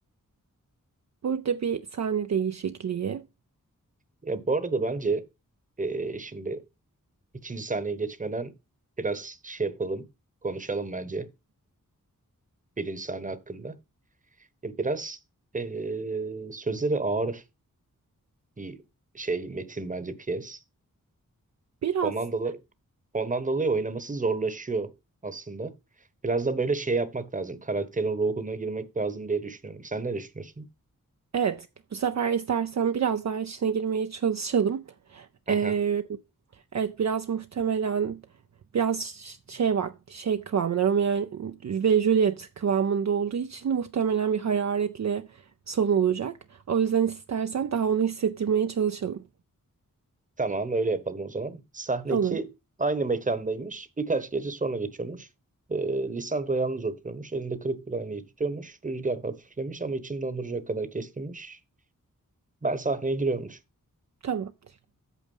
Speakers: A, on the right; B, on the right.
A: Burada bir sahne değişikliği.
B: Ya bu arada bence eee, şimdi ikinci sahneye geçmeden biraz şey yapalım, konuşalım bence birinci sahne hakkında. Ya biraz eee, sözleri ağır bir şey metin bence piyes.
A: Biraz
B: Ondan dolayı ondan dolayı oynaması zorlaşıyor aslında. Biraz da böyle şey yapmak lazım. Karakterin ruhuna girmek lazım diye düşünüyorum. Sen ne düşünüyorsun?
A: evet bu sefer istersen biraz daha içine girmeye çalışalım.
B: Aha,
A: Ee, Evet biraz muhtemelen biraz şey var şey kıvamında Romeo ve Juliet kıvamında olduğu için muhtemelen bir hararetli son olacak. O yüzden istersen daha onu hissettirmeye çalışalım.
B: tamam öyle yapalım o zaman. Sahne
A: Olur.
B: 2 aynı mekandaymış. Birkaç gece sonra geçiyormuş. Ee, Lisandro yalnız oturuyormuş. Elinde kırık bir aynayı tutuyormuş. Rüzgar hafiflemiş ama içini donduracak kadar keskinmiş. Ben sahneye giriyormuş.
A: Tamamdır.